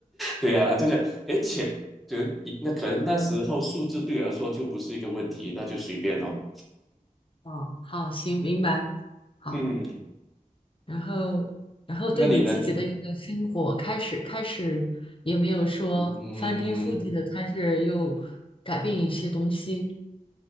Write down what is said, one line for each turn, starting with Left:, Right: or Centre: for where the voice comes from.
Centre: 对呀、就这样，诶，钱，就那可能那时候数字对我来说就不是一个问题，那就随便哦。
Left: 哦，好，行，明白。好，
Centre: 嗯，
Left: 然后，然后对你自己的一个生活开始，
Centre: 那你呢？你
Left: 开始也没有说翻天覆地的开始又改变一些东西。
Centre: 嗯。